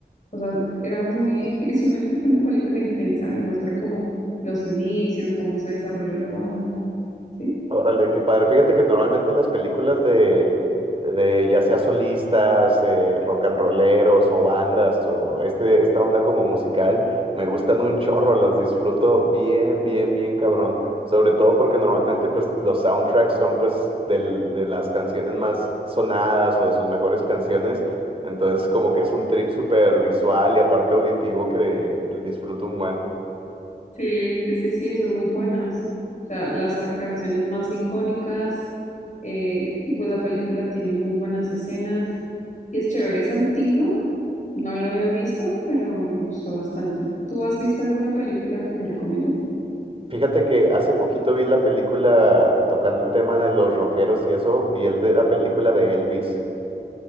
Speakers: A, on the left (about 45°); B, on the right (about 30°).
A: O sea, era muy, <laughs> es una, una película intensa y muestra como los inicios, cómo se desarrolló la banda, ¿sí?
B: Órale, qué padre. Fíjate que normalmente las películas de, de ya sea solistas, eh, rock and rolleros o bandas o este, esta onda como musical, me gustan un chorro, las disfruto bien, bien, bien cabrón. Sobre todo porque normalmente pues los soundtracks son pues del- de las canciones más sonadas o de sus mejores canciones. Entonces como que es un trip súper visual y aparte auditivo que disfruto un buen.
A: Sí, sí, sí, sí, son muy buenas. O sea, las ah, canciones más icónicas eh, y pues la película tiene muy buenas escenas y es chévere, es antigua, no la había visto, pero me gustó bastante. ¿Tú has visto alguna película que me recomiendas?
B: Fíjate que hace poquito vi la película, tocando el tema de los rockeros y eso, vi el de la película de Elvis.